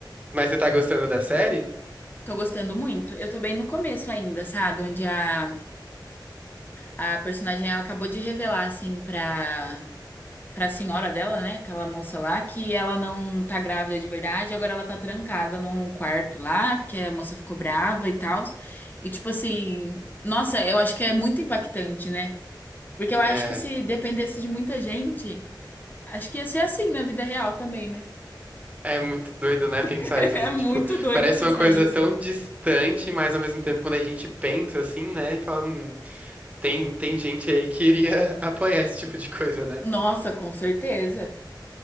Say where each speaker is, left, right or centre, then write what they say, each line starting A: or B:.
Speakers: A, on the right; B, on the left.
A: Mas você tá gostando da série?
B: Tô gostando muito. Eu tô bem no começo ainda, sabe? Onde a, a personagem ela acabou de revelar, assim, pra pra senhora dela, né? Aquela moça lá, que ela não tá grávida de verdade, agora ela tá trancada num quarto lá, porque a moça ficou brava e tal. E tipo assim, nossa, eu acho que é muito impactante, né? Porque eu acho
A: É,
B: que se dependesse de muita gente, acho que ia ser assim na vida real também, né?
A: é muito doido, né? Pensar
B: <laughs>
A: isso
B: É
A: assim,
B: muito
A: tipo,
B: doido
A: parece
B: pensar
A: uma coisa
B: isso.
A: tão distante, mas ao mesmo tempo quando a gente pensa assim, né? E fala, hum, tem, tem gente aí que iria <laughs> apoiar esse tipo de coisa, né?
B: Nossa, com certeza.